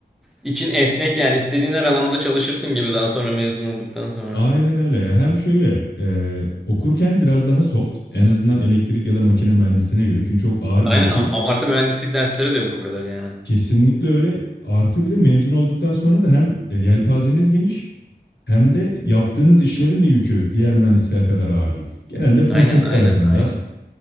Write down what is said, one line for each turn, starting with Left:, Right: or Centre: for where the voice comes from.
Centre: İçin esnek yani istediğin her alanda çalışırsın gibi daha sonra mezun olduktan sonra.
Left: Aynen öyle ya. Hem şöyle e, okurken biraz daha soft. En azından elektrik ya da makine mühendisliğine göre. Çünkü çok ağır
Centre: Aynen
Left: bir yükü
Centre: abartı
Left: yok.
Centre: mühendislik dersleri de yok o kadar yani.
Left: Kesinlikle öyle. Artı bir de mezun olduktan sonra da hem e, yelpazeniz geniş hem de yaptığınız işlerin de yükü diğer mühendisler kadar ağır değil. Genelde proses
Centre: Aynen aynen
Left: tarafında
Centre: aynen.